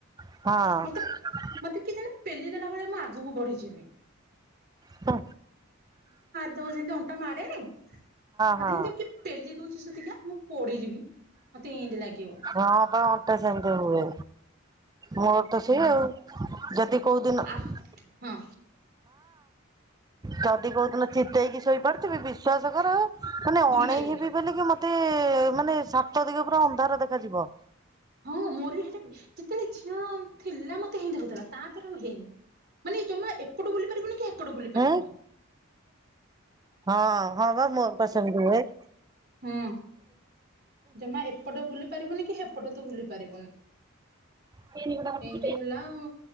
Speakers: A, on the right; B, on the right.
A: ହଁ।
B: ମତେ ମତେ କିଏ ଜଣେ ପେଲି ଦେଲା ଭଳିଆ ମୁଁ ଆଗୁକୁ ବଢିଯିବି।
A: ହୁଁ।
B: ତୋର ଜେମିତି ଅଣ୍ଟା ମାରେନି
A: ହଁ।
B: ମତେ ହେନ୍ତି କିଏ ପେଲି ଦଉଚି ସତ ସତିକା ମୁଁ ପଡିଯିବି ମତେ ଏନ୍ତୀ ଲାଗିବ।
A: ହଁ ପା ଅ ଟା ସେମିତି ହୁଏ ମୋର ତ ସେଇ
B: ହୁଁ
A: ଆଉ ଯଦି କୋଉଦିନ ହଁ
B: ଆ ହଁ
A: ଜଦି କଉଦିନ ଚିତେଇକି ଶୋଇପଡିଥିବି ବିଶ୍ୱାସ କର ମାନେ
B: ବୁଲି
A: ଅଣେଇ
B: ପାରିବନି
A: ହେବି ବୋଲିକି ମ ମତେ ମାନେ ସାତ ଦିଗ ପୁରା ଅନ୍ଧାର ଦେଖାଯିବ।
B: ହଁ ମୋର ବି ହେଟେ ଯେତେବେଳେ ଝିଅ ଥିଲା ମତେ ହେଏନ୍ତିହଉଥିଲା ତାପରେ ଆଉ ହେଇନି। ମାନେ ଜମା ଏପଟୁ ବୁଲି ପାରିବୁନି କି ହେପଟୁ ବୁଲି
A: ହୁଁ
B: ପାରିବୁନି।
A: ହଁ ହଁ ବା ମୋର ପା ସେମିତି ହୁଏ।
B: ହୁଁ ଜମା ଏପଟ ବୁଲି ପାରିବୁନି କି ହେପଟ ତୁ ବୁଲି ପାରିବୁନି।
A: ହଁ।
B: ଏମତି ହେଲା ଆଉ